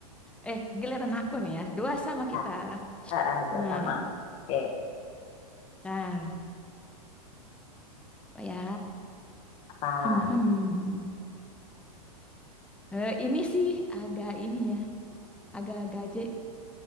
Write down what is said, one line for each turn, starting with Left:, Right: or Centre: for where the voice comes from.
Centre: Eh, giliran aku nih ya. Dua sama kita.
Left: Ah, ah, ah, dua
Centre: Nah,
Left: sama. Oke,
Centre: ntar. Apa ya?
Left: apa?
Centre: Hmm, hmm. Eh, ini sih agak ini ya. Agak gaje.